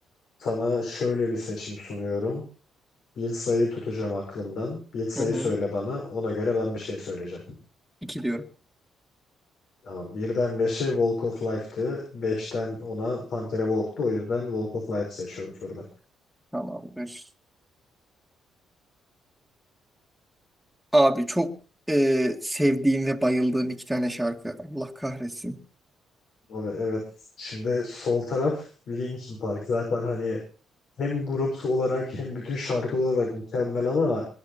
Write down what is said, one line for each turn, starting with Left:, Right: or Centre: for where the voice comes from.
Left: sana şöyle bir seçim sunuyorum. Bir sayı tutacağım aklımdan. Bir sayı
Centre: Hı hı.
Left: söyle bana. Ona göre ben bir şey söyleyeceğim.
Centre: İki diyorum.
Left: Tamam. Birden beşe Walk of Life'tı. Beşten ona Pantera Walk'tu. O yüzden Walk of Life seçiyoruz burada.
Centre: Tamamdır. Abi çok e, sevdiğim ve bayıldığım iki tane şarkı. Allah kahretsin.
Left: Abi evet. Şimdi sol taraf Linkin Park. Zaten hani hem grup olarak hem bütün şarkılar olarak mükemmel ama